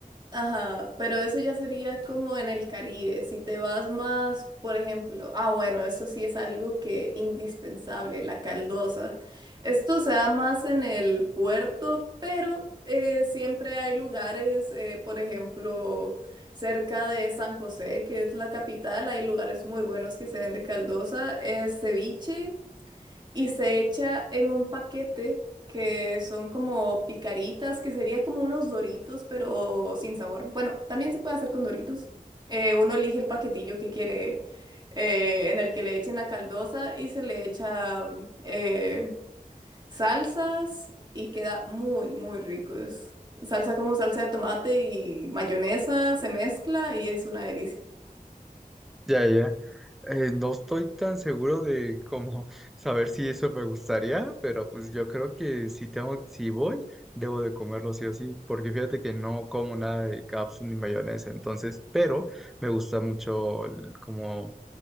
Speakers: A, on the right; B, in the centre.
A: Ajá, pero eso ya sería como en el Caribe. Si te vas más, por ejemplo, ah, bueno, eso sí es algo que indispensable, la caldosa. Esto se da más en el puerto, pero eh, siempre hay lugares, eh, por ejemplo, cerca de San José, que es la capital, hay lugares muy buenos que se venden caldosa, eh, ceviche y se echa en un paquete que son como picaritas, que sería como unos Doritos, pero sin sabor. Bueno, también se puede hacer con Doritos. Eh, uno elige el paquetillo que quiere, eh, en el que le echen la caldosa y se le echa mm, eh, salsas y queda muy, muy rico. Es salsa como salsa de tomate y mayonesa, se mezcla y es una delicia.
B: Ya, ya. ya. Eh, no estoy tan seguro de cómo <laughs> saber si eso me gustaría, pero pues yo creo que si tengo, si voy, debo de comerlo sí o sí, porque fíjate que no como nada de cápsula ni mayonesa, entonces, pero me gusta mucho el- como